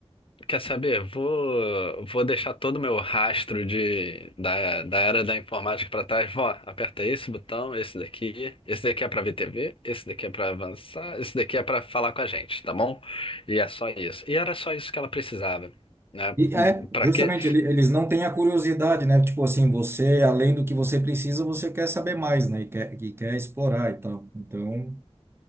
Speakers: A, on the left; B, on the right.
A: Quer saber? Vou, vou deixar todo o meu rastro de, da, da era da informática para trás. Vó, aperta esse botão, esse daqui, esse daqui é para ver TV, esse daqui é para avançar, esse daqui é para falar com a gente, tá bom? E é só isso. E era só isso que ela precisava, né?
B: E é,
A: Para
B: justamente,
A: quê?
B: ele- eles não têm a curiosidade, né? Tipo assim, você, além do que você precisa, você quer saber mais, né? E quer, e quer explorar e tal. Então,